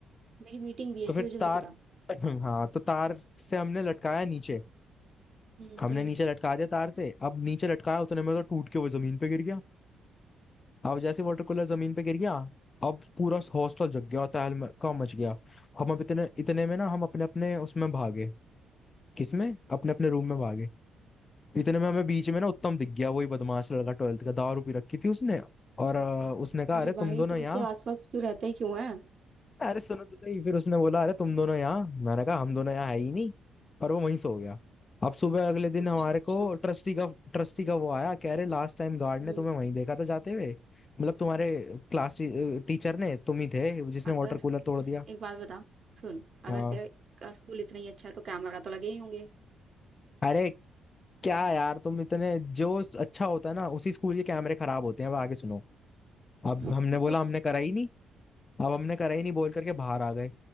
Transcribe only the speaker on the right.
मेरी मीटिंग भी है
थोड़ी जल्दी
बता
हम्म
फिर
अरे
भाई
तू
उसके आसपास क्यों रहता ही क्यों है
अच्छा
अच्छा
हम्म
अगर
एक बात बता सुन अगर
तेरा का स्कूल इतना ही अच्छा है तो कैमरा तो लगे ही होंगे
<laughs>